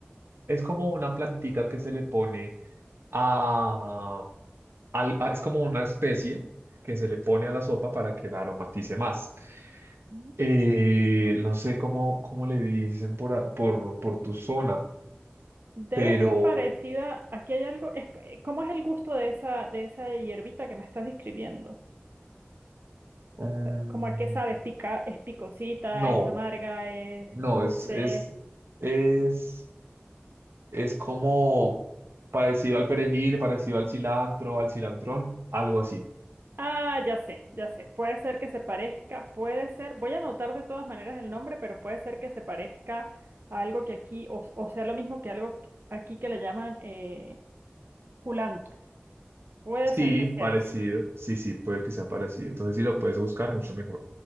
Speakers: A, on the right; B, on the right.
A: Es como una plantica que se le pone a, al- a- es como una especie que se le pone a la sopa para que la aromatice más.
B: Ujú.
A: Eh, no sé cómo, cómo le dicen por, a- por, por tu zona,
B: debe
A: pero
B: ser parecida. Aquí hay algo. Es, eh, ¿cómo es el gusto de esa, de esa hierbita que me estás describiendo?
A: mm,
B: O sea, ¿Cómo a qué sabe? ¿Es, pica- es picosita?
A: no,
B: ¿Es amarga? ¿Es
A: no,
B: dulce?
A: es, es, es, es como parecido al perejil, parecido al cilantro, al cilantrón, algo así.
B: Ah, ya sé, ya sé. Puede ser que se parezca, puede ser. Voy a anotar de todas maneras el nombre, pero puede ser que se parezca a algo que aquí, o, o sea, lo mismo que algo aquí que le llaman eh, culantro. Puede
A: Sí,
B: ser que
A: parecido,
B: sea eso.
A: sí, sí, puede que sea parecido. Entonces, si lo puedes buscar, mucho mejor.